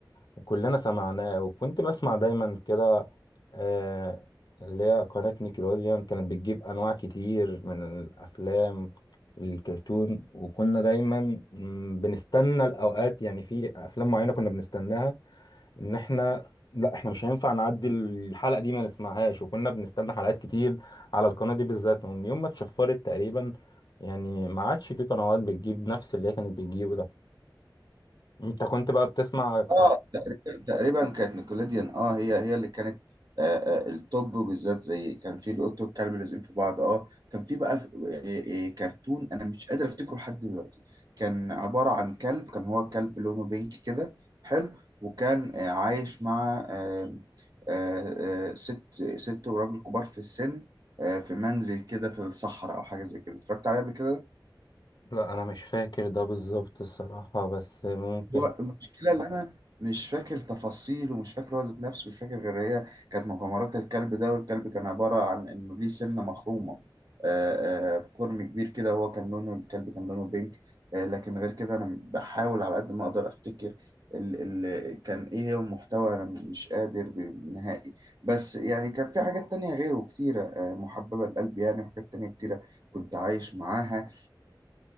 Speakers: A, on the left; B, on the right.
A: فكلنا سمعناه وكنت بسمع دايما كده آه اللي هي قناة نيكلوديان كانت بتجيب أنواع كتير من الأفلام الكرتون وكنا دايما مم، بنستنى الأوقات يعني في أفلام معينة كنا بنستناها ان احنا لا احنا مش هينفع نعدي الحلقه دي ما نسمعهاش وكنا بنستنى حلقات كتير على القناه دي بالذات ومن يوم ما اتشفرت تقريبا يعني ما عادش في قنوات بتجيب نفس اللي هي كانت بتجيبه ده انت كنت بقى بتسمع طيب،
B: اه تقريبا تقريبا كانت نيكوليديان اه هي هي اللي كانت آه آه التوب وبالذات زي كان في القط والكلب لازقين في بعض اه كان في بقى ف- آه، آه، كرتون انا مش قادر افتكره لحد دلوقتي كان عبارة عن كلب كان هو كلب لونه بينك كده حلو وكان آه عايش مع آه آه آه ست ست وراجل كبار في السن آه في منزل كده في الصحراء او حاجة زي كده اتفرجت عليه قبل كده
A: لا انا مش فاكر ده بالظبط الصراحه بس ممكن
B: هو المشكلة اللي أنا مش فاكر تفاصيل ومش فاكر هو ذات نفسه مش فاكر غير هي كانت مغامرات الكلب ده والكلب كان عبارة عن إنه ليه سنة مخرومة آه، آه، قرن كبير كده هو كان لونه الكلب كان لونه بينك آه، لكن غير كده أنا بحاول على قد ما أقدر أفتكر ال ال كان إيه هو المحتوى أنا مش قادر ب- نهائي بس يعني كان في حاجات تانية غيره كتيرة آه، محببة لقلبي يعني وحاجات تانية كتيرة كنت عايش معاها